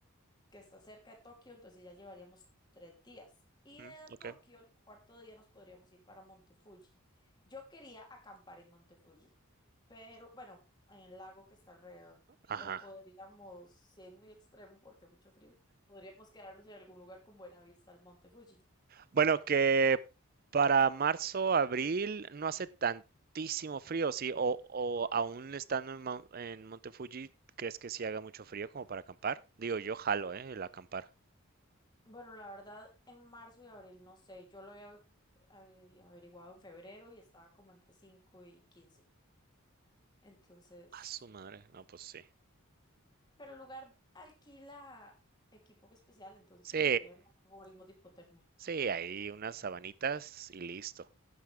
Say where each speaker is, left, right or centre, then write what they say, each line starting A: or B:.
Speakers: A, on the left (about 20°); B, on the right (about 45°).
A: que está cerca de Tokio, entonces ya llevaríamos tres días. Y
B: mm,
A: de
B: ok.
A: Tokio, el cuarto día nos podríamos ir para Monte Fuji. Yo quería acampar en Monte Fuji, pero bueno, en el lago que está alrededor,
B: Ajá.
A: pero podríamos, si es muy extremo porque hay mucho frío, podríamos quedarnos en algún lugar con buena vista al Monte Fuji.
B: Bueno, que para marzo, abril no hace tantísimo frío, sí, o, o aún estando en, Mon- en Monte Fuji, ¿crees que sí haga mucho frío como para acampar? Digo, yo jalo, ¿eh? El acampar.
A: Bueno, la verdad, en marzo y abril no sé, yo lo había había averiguado en febrero y estaba como entre 5 y 15. Entonces,
B: A su madre. No, pues sí.
A: Pero el lugar alquila equipo especial, entonces
B: Sí,
A: en teoría no morimos de hipotermia.
B: sí, ahí unas sabanitas y listo.